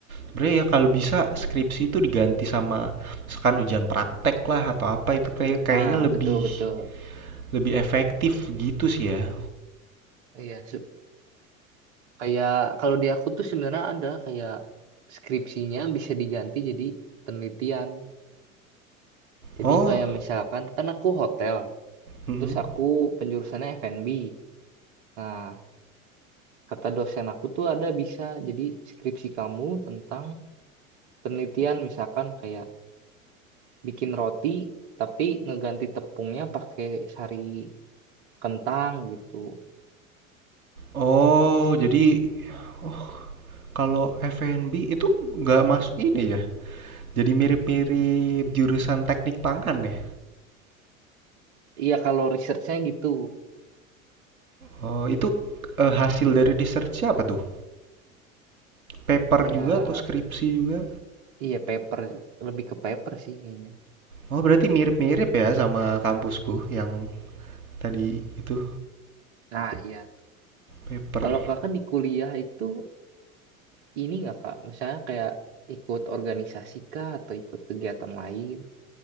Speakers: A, on the right (about 80°); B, on the right (about 50°).
A: Sebenarnya ya kalau bisa skripsi itu diganti sama misalkan ujian praktek lah atau apa itu kayak kayaknya
B: ah
A: lebih
B: betul betul
A: lebih efektif gitu sih ya.
B: Iya, Kayak kalau di aku tuh sebenarnya ada kayak skripsinya bisa diganti jadi penelitian. Jadi
A: Oh,
B: kayak misalkan kan aku hotel,
A: mm-mm.
B: terus aku penjurusannya F&B. Nah, kata dosen aku tuh ada bisa jadi skripsi kamu tentang penelitian misalkan kayak bikin roti tapi ngeganti tepungnya pakai sari kentang gitu.
A: Oh, jadi oh kalau F&B itu nggak masuk ini ya? Jadi mirip-mirip jurusan teknik pangan ya?
B: Iya kalau researchnya gitu,
A: Oh, itu eh, hasil dari research apa tuh? Paper
B: ya
A: juga atau skripsi juga?
B: iya paper lebih ke paper sih kayaknya.
A: Oh, berarti mirip-mirip ya sama kampusku yang tadi itu
B: Nah, iya.
A: paper.
B: Kalau kakak di kuliah itu ini nggak kak? Misalnya kayak ikut organisasi kah atau ikut kegiatan lain?